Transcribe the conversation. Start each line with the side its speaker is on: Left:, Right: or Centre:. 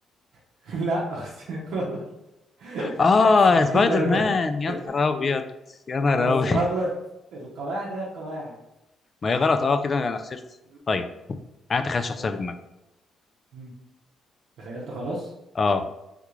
Right: <laughs> لا أخس... <laughs> غلط <laughs>
Left: اه
Right: سبايدر
Left: سبايدر مان
Right: مان <laughs>
Left: يا نهار ابيض يا نهار
Right: بس
Left: ابيض
Right: غلط القواعد هي القواعد
Left: ما هي غلط اه كده انا خسرت
Right: مم.
Left: طيب انا تخيل شخصيه
Right: فكر
Left: في دماغي
Right: مم. تخيلت خلاص
Left: اه